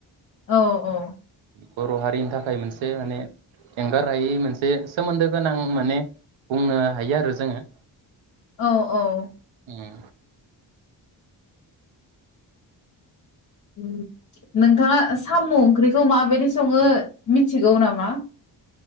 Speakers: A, on the left; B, on the right.
A: औ औ।
B: बर हारिनि थाखाय मोनसे माने एंगार हायि मोनसे सोमोन्दो गोनां माने बुंनो हायो आरो जोङो।
A: औ औ
B: उम।
A: <inaudible> नोंथाङा साम ओंख्रिखौ माबायदि संङो मिथ थिगौ नामा?